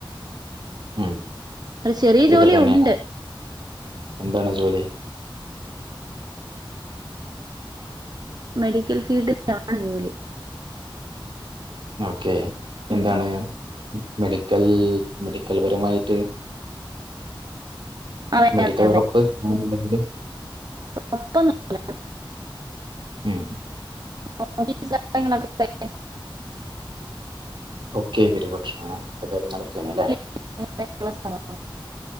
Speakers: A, on the right; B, on the right.
A: ഉം
B: ഒരു ചെറിയ
A: വീട്ട്ത്തെന്നെണ്
B: ജോലി ഉണ്ട്
A: എന്താണ് ജോലി
B: <inaudible> മെഡിക്കൽ ഫീൽഡ് <inaudible> ജോലി
A: ഓക്കേ എന്താണ്
B: ഉം
A: മെഡിക്കൽ മെഡിക്കൽപരമായിട്ട്
B: അതെ
A: മെഡിക്കൽ
B: അതെ അതെ
A: റപ്പ് അങ്ങനെന്തെങ്കിലും
B: <inaudible>
A: ഉം
B: <inaudible>
A: ഓക്കെ വെരി ഗുഡ് അത്തെ കാര്യങ്ങളൊക്കേണ് ലെ
B: <inaudible>